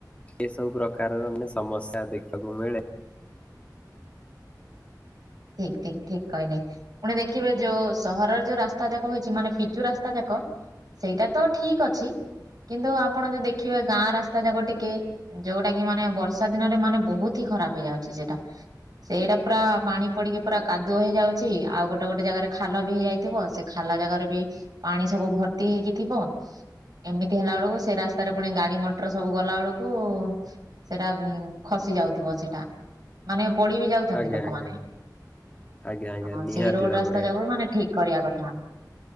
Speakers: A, on the left (about 20°); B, on the right (about 65°).
A: ଏ ସବୁ ପ୍ରକାରର ମାନେ ସମସ୍ୟା ଦେଖିବାକୁ ମିଳେ
B: ଠିକ ଠିକ ଠିକ କହିଲେ ପୁଣି ଦେଖିବେ ଯୋଉ ସହରର ଯୋଉ ରାସ୍ତା ଯାକ ହେଇଛି ମାନେ ପିଚୁ ରାସ୍ତା ଯାକ ସେଇଟା ତ ଠିକ ଅଛି। କିନ୍ତୁ ଆପଣ ଯୋଉ ଦେଖିବେ ଗାଁ ରାସ୍ତା ଯାକ ଟିକେ ଯୋଉଟା କି ମାନେ ବର୍ଷା ଦିନରେ ମାନେ ବହୁତ ହି ଖରାପ ହେଇଯାଉଛି ସେଇଟା ସେଇଟା ପୁରା ପାଣି ପଡିକି ପୁରା କାଦୁ ହେଇଯାଉଛି ଆଉ ଗୋଟେ ଗୋଟେ ଜାଗାରେ ଖାଲ ବି ହେଇଯାଇଥିବ ସେ ଖାଲା ଜାଗାରେ ବି ପାଣି ସବୁ ଭର୍ତ୍ତି ହେଇକି ଥିବ ଏମିତି ହେଲା ବେଳକୁ ସେ ରାସ୍ତାରେ ପୁଣି ଗାଡି ମଟର ସବୁ ଗଲା ବେଳକୁ ସେଟା ଖ ଯାଉଥିବ ସେଇଟା ମାନେ ପଡି ବି ଯାଉଛନ୍ତି
A: ଆଜ୍ଞା
B: ଲୋକମାନେ
A: ଆଜ୍ଞା ଆଜ୍ଞା ଆଜ୍ଞା
B: ହଁ
A: ନିହାତି
B: ସେଇ ରୋଡ
A: ଭାବରେ
B: ରାସ୍ତା ଯା ମାନେ ଠିକ କରିବା କଥା